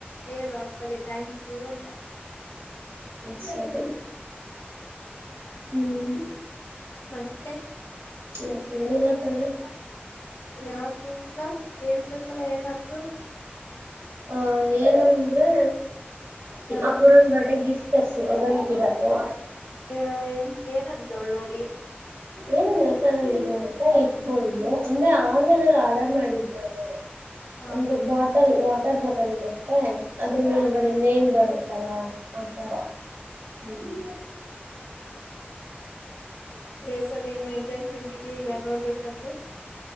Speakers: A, on the left; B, on the right.
A: ಹೇಳು ಅಪ್ಪಗೆ ಥ್ಯಾಂಕ್ ಯು ಅಂತ
B: ಸರಿ ಹ್ಮ್
A: ಮತ್ತೆ
B: ಮತ್ತೆ ನಲ್ ಕಣೆ
A: ಯಾಕ ಏನಿಲ್ಲ ಹೇಳ್ಬೇಕಲ್ಲ ಏನಾದ್ರು
B: ಅಹ ಏನಂದ್ರೆ
A: ಹ,
B: ಅಪುರಂದ ಬರ್ಡೆ ಗಿಫ್ಟ್ ತರ್ರಿಸಿದೆ ಬವತ್ತು
A: ಹ ಎನ್ ಏನಂತವಳು ನೋಡಿ
B: ಏನಿಲ್ಲ ಚೆನ್ನಾಗಿದೆ ಅಂತ ಎಡ್ಫೋನ್ ಅಂದ್ರೆ ಆನ್ಲೈನ್ಲ್ಲಿ ಆರ್ಡರ್ ಮಾಡಿದ್ ನಾನು
A: ಹ
B: ಅಂದ್ರೆ ಬಾಟಲ್ ವಾಟರ್ ಬಾಟಲ್ ಕೊಟ್ಟೆ ಅದ್ರ
A: ಹ
B: ಮೇಲ್ಗಡೆ ನೇಮ್ ಬರುತ್ತೆ ಲಾ ಆತರ ಹ್ಮ್
A: ಬೇಸಲ್ ಏನು ಎಕ್ಸೈಟ್ಮೆಂಟ್ ಇಲಿಲ್ಲ ನೋಡ್ಬೇಕಾದ್ರೆ